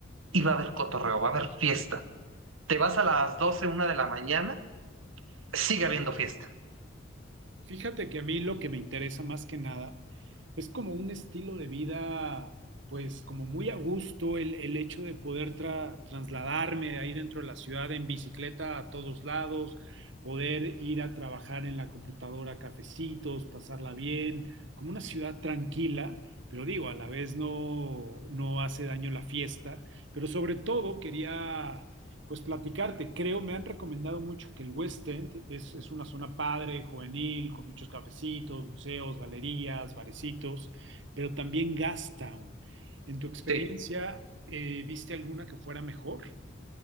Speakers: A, on the right (about 90°); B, on the right (about 65°).
A: y va a haber cotorreo, va a haber fiesta. Te vas a las doce una de la mañana sigue habiendo fiesta.
B: Fíjate que a mí lo que me interesa más que nada es como un estilo de vida, pues como muy a gusto, el, el hecho de poder tra- trasladarme de ahí dentro de la ciudad en bicicleta a todos lados, poder ir a trabajar en la computadora, a cafecitos, pasarla bien, como una ciudad tranquila, pero digo, a la vez no, no hace daño la fiesta, pero sobre todo quería pues platicarte. Creo, me han recomendado mucho que el West End es, es una zona padre, juvenil, con muchos cafecitos, museos, galerías, barecitos, pero también Gastown. En tu experiencia,
A: Sí.
B: eh, ¿viste alguna que fuera mejor